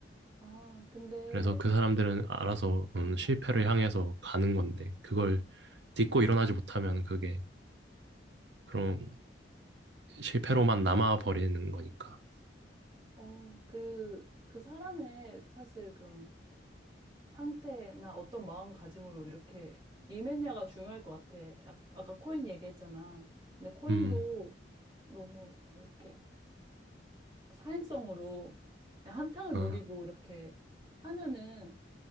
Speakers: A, on the right; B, on the right.
A: 아, 근데,
B: 그래서 그 사람들은
A: 어,
B: 알아서 음, 실패를
A: 어.
B: 향해서 가는 건데 그걸
A: 음.
B: 딛고 일어나지 못하면 그게 그런 실패로만 남아 버리는 거니까.
A: 어, 그, 그 사람의 사실 그런 상태나 어떤 마음가짐으로 이렇게 임했냐가 중요할 것 같아. 아- 아까 코인 얘기했잖아. 근데 코인도
B: 음,
A: 너무 이렇게 사행성으로 그냥 한탕을
B: 어,
A: 노리고 이렇게 하면은